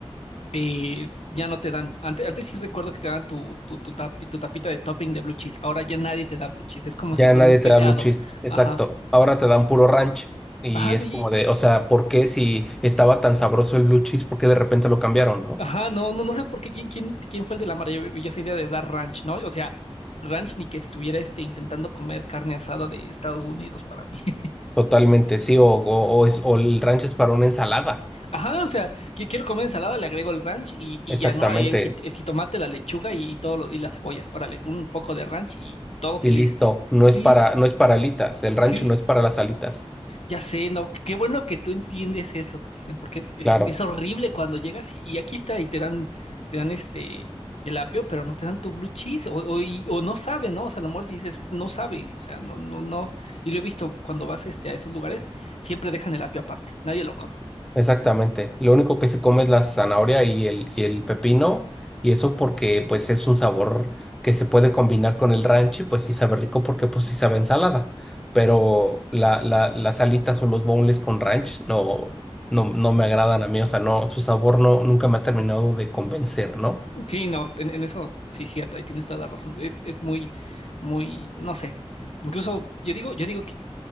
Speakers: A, on the left (about 85°); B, in the centre.
A: eh, ya no te dan. Antes, antes sí recuerdo que te dan tu, tu, tu, tapi- tu tapita de topping de blue cheese. Ahora ya nadie te da blue cheese. Es como si
B: Ya
A: fuera
B: nadie
A: un pecado.
B: te da blue cheese. Exacto.
A: Ajá.
B: Ahora te dan puro ranch. Y
A: Ajá,
B: es
A: y,
B: como de, o sea, ¿por qué si estaba tan sabroso el blue cheese, por qué de repente lo cambiaron, ¿no?
A: ajá, no, no, no sé por qué quién, quién, quién fue el de la maravillosa idea de dar ranch, ¿no? O sea, ranch ni que estuviera este, intentando comer carne asada de Estados Unidos para mí. <laughs>
B: Totalmente, sí. O, o, o es, o el ranch es para una ensalada.
A: Ajá, o sea, que quiero comer ensalada, le agrego el ranch y, y
B: Exactamente.
A: ya no, ahí el, jit- el jitomate, la lechuga y, y todo lo- y las cebollas. Órale, un poco de ranch y todos
B: Y
A: felices.
B: listo, no
A: Sí,
B: es para, no es para alitas, el rancho
A: Sí,
B: no es para las alitas.
A: ya sé, no, qué bueno que tú entiendes eso, Cristian, porque es, es,
B: Claro,
A: es horrible cuando llegas y, y aquí está y te dan, te dan este el apio, pero no te dan tu blue cheese, o, o, y- o no sabe, ¿no? O sea, a lo mejor dices, no sabe, o sea, no, no, no. Y lo he visto cuando vas este, a esos lugares, siempre dejan el apio aparte, nadie lo come.
B: exactamente. Lo único que se come es la zanahoria y el, y el pepino, y eso porque pues es un sabor que se puede combinar con el rancho, y pues sí sabe rico porque pues sí sabe a ensalada. Pero la, la, las alitas o los boneless con ranch no, no, no me agradan a mí, o sea, no, su sabor no, nunca me ha terminado de convencer, ¿no?
A: Sí, no, en, en eso sí cierto, ahí tienes toda la razón. Es, es muy, muy, no sé. Incluso yo digo, yo digo